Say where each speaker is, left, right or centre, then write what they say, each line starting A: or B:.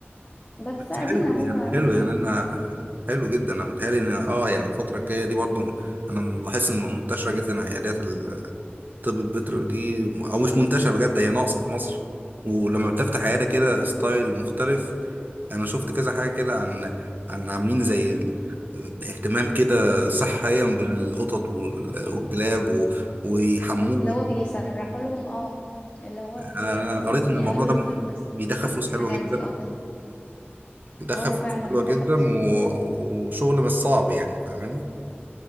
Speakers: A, on the left; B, on the right.
A: بس
B: بس
A: أدينا
B: حلو يعني
A: هو
B: حلو
A: بنحاول
B: يعني انا حلو جدا انا متهيألي ان اه يعني الفتره الجايه دي برضو انا لاحظت ان منتشره جدا عيادات الطب البيطري دي او مش منتشره بجد هي ناقصه في مصر ولما بتفتح عياده كده ستايل مختلف انا شفت كذا حاجه كده عن عن عاملين زي ال- اهتمام كده صحيا بالقطط وال- والكلاب و- ويحموهم
A: اللي هو بيسرحوا لهم اه اللي هو ال-
B: انا قريت ان
A: بيعملوا
B: الموضوع ده
A: اللي هو التسريح
B: بيدخل فلوس
A: والحاجات
B: حلوه جدا
A: دي اه
B: بيدخل
A: اه
B: فلوس
A: فعلا
B: حلوه
A: بتدخل
B: جدا
A: فلوس
B: و...
A: كتير
B: وشغل مش صعب يعني فاهماني